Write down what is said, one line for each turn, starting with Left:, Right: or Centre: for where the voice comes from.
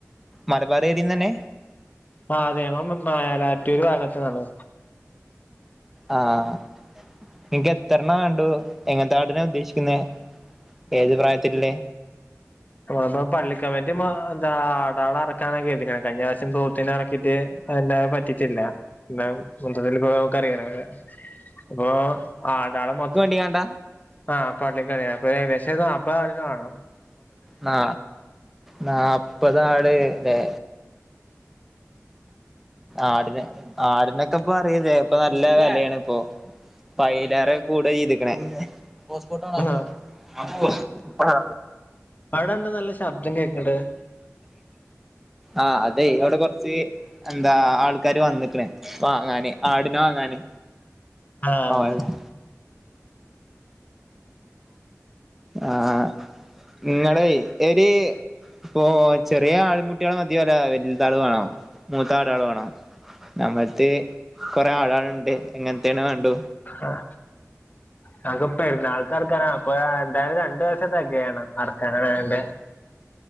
Centre: മലബാർ ഏരിയയിൽ നിന്ന് തന്നെ.
Left: ആഹ് അതെ മ മ മേലാറ്റൂര് ഭാഗത്ത് ന്നാണ്.
Centre: ആഹ നിങ്ങക്ക് എത്രണ്ണ വേണ്ടുത്? എങ്ങനത്തെ? എത്രണ ഉദ്ദേശിക്കുന്നെ ഏത് പ്രായത്തില്ല്ലേ?
Left: പ്പ നമളെ പള്ളിക്കമ്മറ്റി മാ എന്താ ആടാളെ റക്കാന കേരി ത്ക്ക്ണെ കഴിഞ്ഞ വർശം പോത്തിനെ ഇറക്കിട്ട്. പറ്റിച്ചില്ല ന്നാ മൊത്തത്തിൽ പ്പൊ കറിയണെ ഇപ്പൊ ആടാളെ മൊത്തം.
Centre: ട്ടിയേണ്ട
Left: ആഹ പള്ളിക്കല്ലെ അപ്പൊ ഏകദേശം ഒരു നാപ്പതാടിനെ വാണം.
Centre: നാ നാപ്പതാട് ല്ലെ. ആടിനെ ആടിനൊക്കെ ഇപ്പ അറിലെ? ഇപ്പൊ നല്ല വെലയാണ് ഇപ്പോ പയിലേറെ കൂടെ ഇത് ഇ ഹോസ്പോട്ട് ഓൺക്ക്
Left: ആഹ്
Centre: ആഹ്
Left: അവിടെന്താ നല്ല ശബ്ദം കേൾക്കണത്
Centre: ആഹ് അതെ അവിടെ കെറച്ചെ എന്താ ആൾക്കാര് വന്നിക്കണെ വാങ്ങാന് ആടിനെ വാങ്ങാന്.
Left: ആഹ്
Centre: ഓഹ് ആഹ് ഇങ്ങളെയ് എരി പോ ചെറിയ ആടിൻകുട്ടികളെ മതിയോ അല്ല വലിത് ആടുകൾ വേണോ മൂത്ത ആടുകള് വേണോ? നമ്മളെടെത്ത് കൊറെ ആടുകൾ ഉണ്ട് എങ്ങനത്തെയാണ് വേണ്ടു.
Left: ആഹ് ഞങ്ങക്ക് പെരുന്നാൾക്ക് അറക്കാനാ അപ്പൊ എന്തായാലും രണ്ട് ദിവസത്തേക്ക് വേണം അറക്കാൻ അയകുകൊണ്ട്